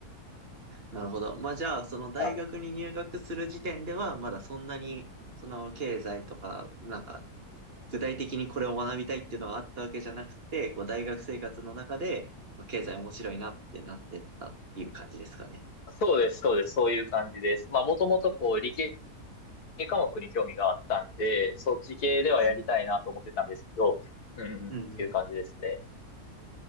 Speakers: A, on the right; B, on the left.
A: なるほど。まあじゃあ、その大学に入学する時点では、
B: はい。
A: まだそんなに、その経済とか、なんか、具体的にこれを学びたいっていうのがあったわけじゃなくて、こう大学生活の中で、まあ経済面白いなってなってったっていう感じですかね。
B: そうです、そうです、そういう感じです。まあ、もともとこう、理系科目に興味があったんで、そっち系ではやりたいなと思ってたんですけど、
A: はい。
B: うんうん、
A: うんうん。
B: っていう感じですね。